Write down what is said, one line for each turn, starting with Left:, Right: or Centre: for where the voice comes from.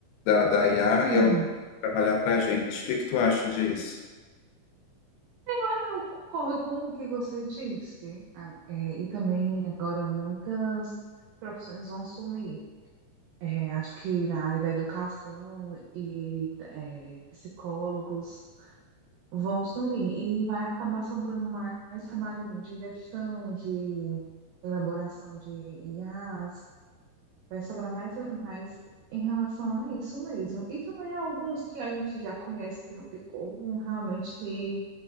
Left: Da, da IA,
Right: sim.
Left: trabalhar para a gente. O que que tu acha disso?
Right: Ah, Eu concordo com o que você disse. Ah, é, e também agora muitas profissões vão sumir. É, acho que na área da educação e é, psicólogos. vão sumir e vai acabar sobrando mais trabalho de gestão, de elaboração de IAs, vai sobrar mais, mais em relação a isso mesmo. E também alguns que a gente já conhece que não tem como realmente